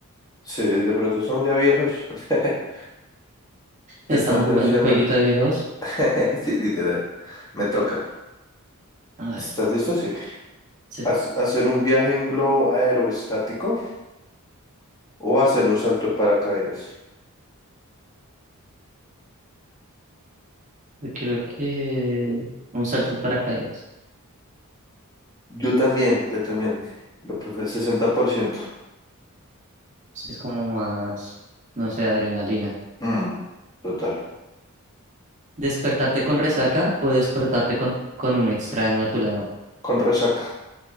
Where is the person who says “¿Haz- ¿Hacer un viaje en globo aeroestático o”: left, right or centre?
Left